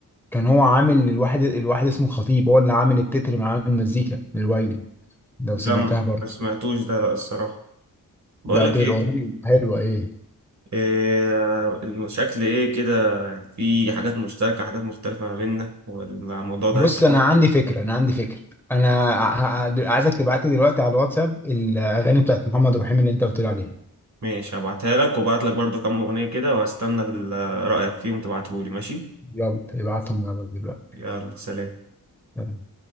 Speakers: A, in the centre; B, on the right.
A: كان هو عامل الواحد الواحد اسمه خطيب هو اللي عامل التتر مع المزيكا الويلي لو
B: لا
A: سمعتها
B: ما
A: برضه
B: سمعتوش ده لا الصراحة بقول
A: لا
B: لك
A: دي
B: ايه
A: الاغنيه حلوه ايه
B: إيه، المشاكل ايه كده يعني في حاجات مشتركة حاجات مختلفة ما بيننا والموضوع ده
A: بص
B: هيتحول
A: انا عندي فكره انا عندي فكره انا ع- ع- عايزك تبعت لي دلوقتي على الواتساب الاغاني بتاعت محمد رحيم اللي انت قلت لي عليها
B: ماشي هبعتها لك وبعت لك برضه كام أغنية كده وهستنى ال- رأيك فيهم تبعتهولي ماشي
A: يلا ابعتهم يلا دلوقتي
B: يلا سلام
A: تمام.